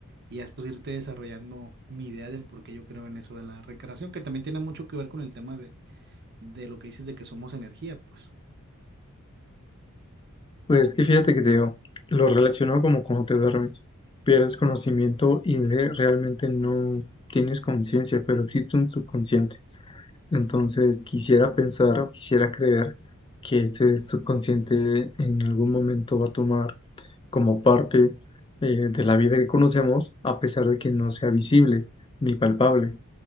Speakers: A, on the right; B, on the left.
A: y ya después irte desarrollando mi idea del por qué yo creo en eso de la reencarnación, que también tiene mucho que ver con el tema de, de lo que dices de que somos energía, pues.
B: Pues es que fíjate que te digo, lo relaciono como cuando te duermes, pierdes conocimiento y le- realmente no tienes conciencia, pero existe un subconsciente. Entonces quisiera pensar o quisiera creer que ese subconsciente en algún momento va a tomar como parte eh, de la vida que conocemos, a pesar de que no sea visible ni palpable,